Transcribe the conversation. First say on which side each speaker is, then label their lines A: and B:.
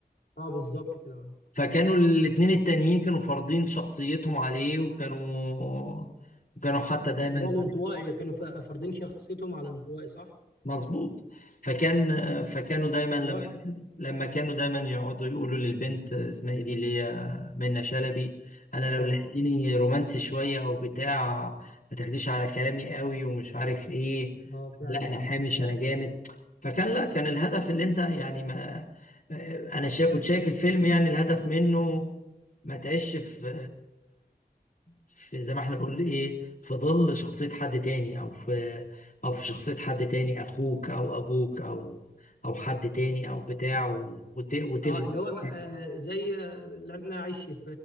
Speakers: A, on the left (about 80°); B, on the left (about 50°).
A: اه بالظبط كده
B: فكانوا الاتنين التانيين كانوا فارضين شخصيتهم عليه وكانوا كانوا حتى دايما
A: اللي هو الانطوائي كانوا ف- فارضين شخصيتهم على الانطوائي صح؟
B: مظبوط فكان فكانوا دايما لما
A: اللي هو
B: لما كانوا دايما يقعدوا يقولوا للبنت اسمها ايه دي اللي هي منة شلبي انا لو
A: اه
B: لقيتيني رومانسي شويه او بتاع ما تاخديش على كلامي قوي ومش عارف ايه
A: اه فعلا
B: لا انا حامش
A: اه
B: انا جامد فكان لا كان الهدف اللي انت يعني ما انا شايف كنت شايف الفيلم يعني الهدف منه ما تعيش في في زي ما احنا بنقول ايه في ظل شخصيه حد تاني او في او في شخصية حد تاني اخوك او ابوك او او حد تاني او بتاع و- وت- وتلغي
A: اه اللي هو
B: شخصيته.
A: ما- آه زي آه، اللي انا عايش في